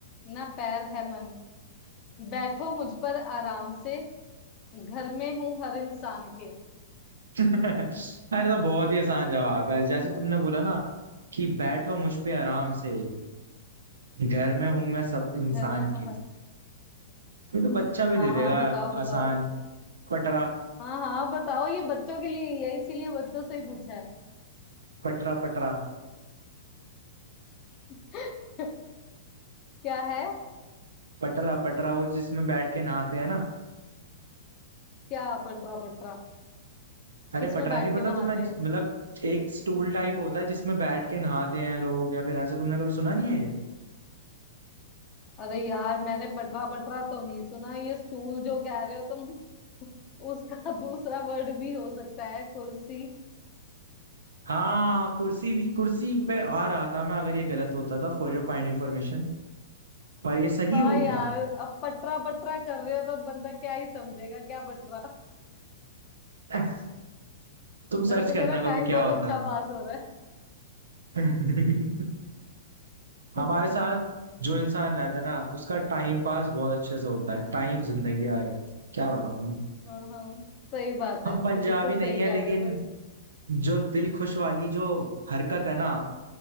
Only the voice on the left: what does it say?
ना पैर है मन बैठो मुझ पर आराम से घर में हूँ हर इंसान के
घर में हूँ
हर...
हाँ
हाँ बताओ बताओ
हाँ हाँ बताओ ये बच्चों के लिए ही है इसीलिए बच्चों से ही पूछा है
<laughs> क्या है
क्या पटरा पटरा
किसमें
बैठ
के नहाते
हैं
अरे यार मैंने पटरा पटरा तो नहीं सुना ये स्टूल जो कह रहे हो तुम उसका <laughs> दूसरा वर्ड भी हो सकता है कुर्सी
हाँ
यार अब पटरा पटरा कर रहे हो तो अब बंदा क्या ही समझेगा क्या पटरा
वैसे
मेरा
टाइम
बहुत
अच्छा
पास हो रहा है
<laughs>
हाँ हाँ सही बात
है सही
बिल्कुल सही
कह
रहे हो तुम